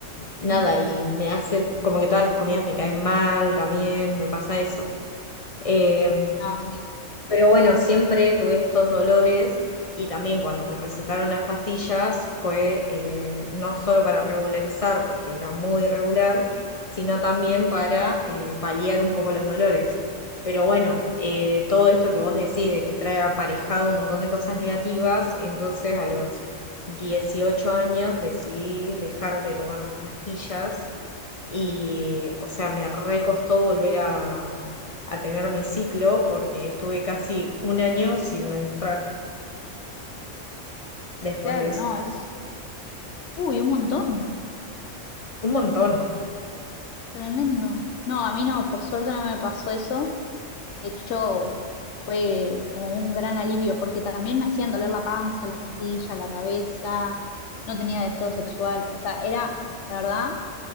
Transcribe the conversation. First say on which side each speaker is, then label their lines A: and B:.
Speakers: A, on the left (about 40°); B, on the left (about 70°).
A: nada,
B: Eh,
A: y me hace como que todas las comidas me caen mal también, me pasa eso. Eh,
B: Ah, sí.
A: pero bueno, siempre tuve estos dolores y también cuando me recetaron las pastillas fue eh, no solo para regularizar, porque era muy irregular, sino también para eh, paliar un poco los dolores. Pero bueno, eh, todo esto que vos decís de que trae aparejado un montón de cosas negativas, entonces a los 18 años decidí dejar de tomar las pastillas y, o sea, me recostó volver a, a tener mi ciclo porque estuve casi un año sin menstruar después
B: Claro,
A: de eso.
B: no, es. Uy, un montón.
A: Un montón.
B: Tremendo. No, a mí no, por suerte no me pasó eso. De hecho, fue como un gran alivio, porque también me hacían doler la panza, la pastilla, la cabeza, no tenía deseo sexual. O sea, era, la verdad,